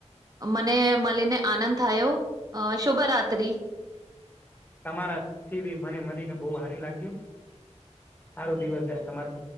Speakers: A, on the right; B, on the left.
A: મને મળીને આનંદ થયો શુભરાતરી
B: તમારા થી બી મને મળીને બહુ હારી લાગ્યું સારો દિવસ જાય તમારું